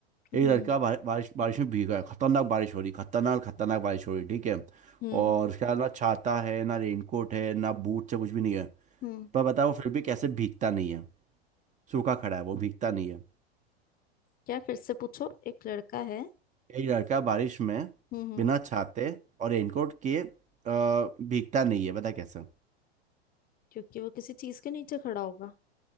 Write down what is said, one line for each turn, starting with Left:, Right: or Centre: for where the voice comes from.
Left: हम्म
Right: एक लड़का बा- बारिश बारिश में भीगा है खतरनाक बारिश हो रही खतरनाक खतरनाक बारिश हो रही ठीक है
Left: हम्म
Right: और उसका ना छाता है ना रेनकोट है ना बूट से कुछ भी नहीं है
Left: हम्म
Right: पर बताओ वो फिर भी कैसे भीगता नहीं है सूखा खड़ा है वो भीगता नहीं है
Left: क्या फिर से पूछो एक लड़का है
Right: एक लड़का बारिश में
Left: हम्म हम्म,
Right: बिना छाते और रेनकोट के अ, भीगता नहीं है बता कैसे
Left: क्योंकि वो किसी चीज के नीचे खड़ा होगा